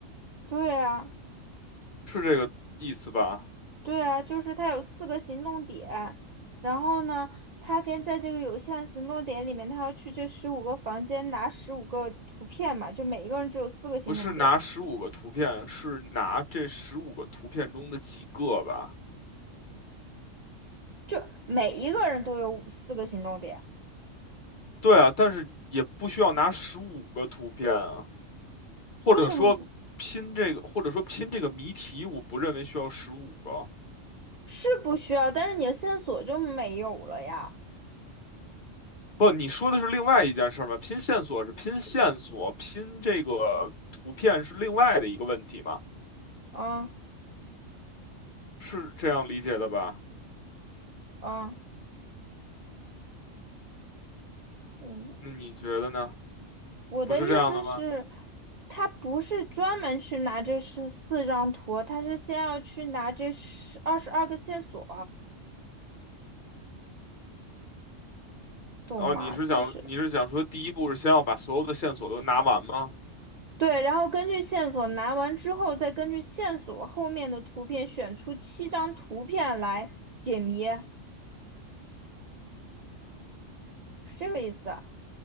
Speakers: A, on the right (about 60°); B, on the left (about 50°).
A: 对啊，
B: 是这个意思吧？
A: 对啊，就是他有四个行动点，然后呢，他跟在这个有限行动点里面，他要去这十五个房间拿十五个图片嘛，就每一个人只有四个行动点，
B: 不是拿十五个图片，是拿这十五个图片中的几个吧？
A: 就每一个人都有五四个行动点，
B: 对啊，但是也不需要拿十五个图片啊，或者说拼这个，
A: 为什么不
B: 或者说拼这个谜题，我不认为需要十五个。
A: 是不需要？但是你的线索就没有了呀？
B: 不，你说的是另外一件事儿吗？拼线索是拼线索，拼这个图片是另外的一个问题吗？
A: 嗯
B: 是这样理解的吧？
A: 嗯嗯。
B: 那你觉得呢？
A: 我的意思是，
B: 不是这样的吗？
A: 他不是专门去拿这十四张图，他是先要去拿这十二十二个线索，懂吗？
B: 哦，你是想你是想说第一步是先要把所有的线索都拿完吗？
A: 就是对，然后根据线索拿完之后，再根据线索后面的图片选出七张图片来解谜，是这个意思啊